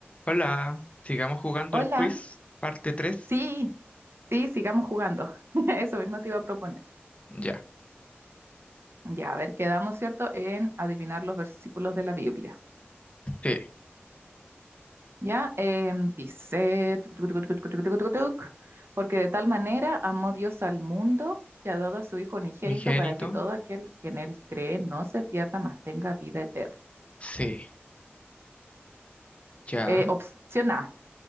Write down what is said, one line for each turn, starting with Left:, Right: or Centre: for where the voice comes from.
Left: Hola, sigamos jugando
Right: Hola,
Left: el quiz, parte tres,
Right: sí, sí, sigamos jugando. <laughs> Eso mismo te iba a proponer.
Left: Ya,
Right: Ya, a ver, quedamos, ¿cierto?, en adivinar los versículos de la Biblia.
Left: sí.
Right: Ya, em, dice, tuc, tuc, tuc, tuc, tuc, tuc, tuc, tuc, tuc, porque de tal manera amó Dios al mundo que ha dado a su Hijo unigénito
Left: Unigénito,
Right: para que todo aquel que en él cree no se pierda, mas tenga vida eterna.
Left: sí. Ya.
Right: Eh, opción A,